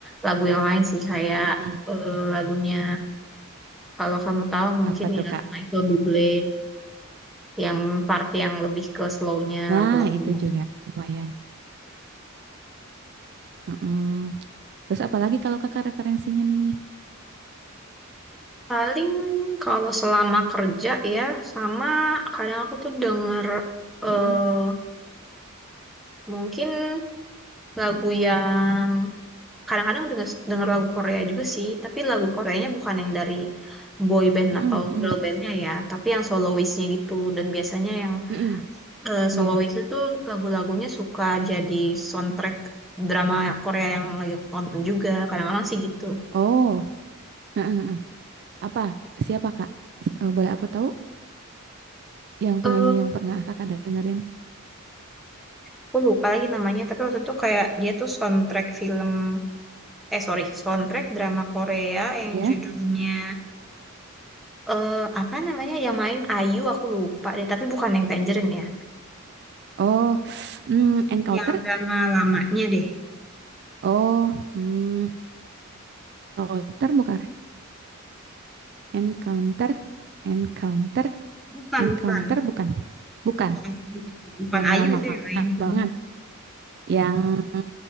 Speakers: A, in the centre; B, on the right.
A: lagu yang lain sih kayak
B: Heeh.
A: eh, lagunya kalau kamu tahu mungkin
B: Apa tuh
A: ya
B: Kak?
A: Michael Bublé yang part yang lebih ke slownya
B: Nah
A: lagu-lagunya.
B: itu juga lumayan. Mm-mm. Terus apalagi kalau Kakak referensinya nih?
A: Paling kalau selama kerja ya, sama kadang aku tuh denger eh
B: Mm-mm.
A: mungkin lagu yang kadang-kadang denger, denger lagu Korea juga sih, tapi lagu Koreanya bukan yang dari boy band
B: Mm-mm.
A: atau
B: Mm-mm.
A: girl bandnya ya, tapi yang soloistnya gitu. Dan biasanya yang
B: Mm-mm.
A: eh,
B: Ya.
A: soloist itu lagu-lagunya suka jadi soundtrack drama Korea yang lagi aku tonton juga, kadang-kadang sih gitu.
B: Oh. Heeh, heeh. Apa? Siapa Kak? Eh, Boleh aku tahu yang penyanyi
A: eh
B: yang pernah Kakak dengerin?
A: Aku lupa lagi namanya, tapi waktu itu kayak dia tuh soundtrack film, eh sorry, soundtrack drama Korea yang
B: Ya.
A: judulnya, eh apa namanya, yang main Ayu aku lupa deh, tapi bukan yang Tangerine ya.
B: Oh, mm, encounter?
A: Yang drama lamanya deh.
B: Oh, mm, encounter bukan? Encounter, encounter,
A: Bukan,
B: encounter
A: bukan,
B: bukan? Bukan.
A: bukan, bukan
B: Yang
A: Ayu
B: lama
A: itu yang main. mm
B: banget. Yang